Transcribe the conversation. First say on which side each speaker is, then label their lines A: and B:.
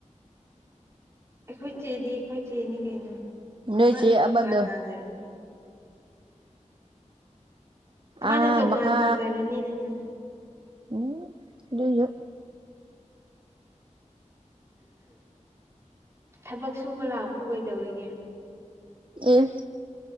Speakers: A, on the right (about 20°); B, on the right (about 40°).
A: ꯑꯩꯈꯣꯏ ꯆꯦꯗꯤ ꯑꯩꯈꯣꯏ ꯆꯦꯅꯤ ꯀꯩꯅꯣ
B: ꯅꯣꯏ
A: ꯃꯥꯅ
B: ꯆꯦ
A: ꯇꯣꯉꯥꯟ
B: ꯑꯃꯗꯣ
A: ꯇꯥꯖꯔꯅꯤ ꯃꯥꯅ
B: ꯑꯥ
A: ꯇꯣꯉꯥꯟ
B: ꯃꯈꯥ
A: ꯇꯥꯖꯔꯅꯤꯗꯅ
B: ꯎꯝ ꯂꯩ
A: ꯊꯕꯛ ꯁꯨꯕ ꯂꯥꯛꯄ ꯀꯩꯗꯧꯔꯤꯒꯦ
B: ꯑꯦ